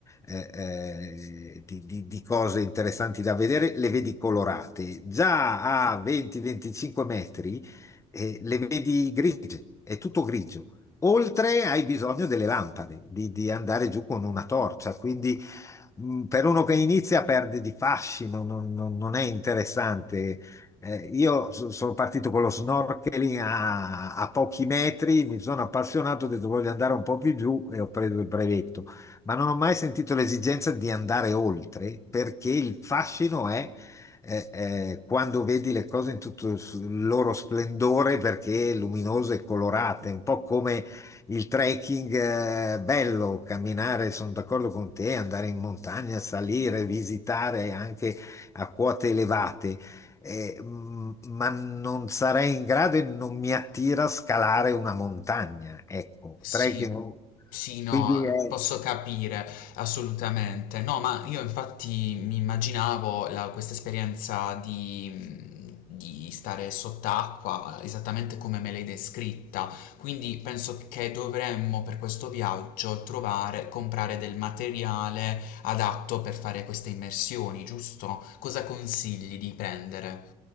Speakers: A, on the left (about 20°); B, on the left (about 75°).
A: eh, eh, di- di- di cose interessanti da vedere, le vedi colorate. Già a 20-25 metri eh, le vedi grigie, è tutto grigio. Oltre hai bisogno delle lampade, di, di andare giù con una torcia, quindi mh, per uno che inizia perde di fascino, non, non- non è interessante. Eh, io so- sono partito con lo snorkeling a, a pochi metri, mi sono appassionato, ho detto voglio andare un po' più giù e ho preso il brevetto, ma non ho mai sentito l'esigenza di andare oltre perché il fascino è eh, eh, quando vedi le cose in tutto il s- il loro splendore perché luminose e colorate, un po' come il trekking è bello, camminare, sono d'accordo con te, andare in montagna, salire, visitare anche a quote elevate, eh, m- ma non sarei in grado e non mi attira scalare una montagna, ecco,
B: Sì,
A: trekking.
B: sì, no,
A: Quindi è
B: posso capire assolutamente. No, ma io infatti mi immaginavo la- questa esperienza di, di stare sott'acqua esattamente come me l'hai descritta. Quindi penso che dovremmo per questo viaggio trovare, comprare del materiale adatto per fare queste immersioni, giusto? Cosa consigli di prendere?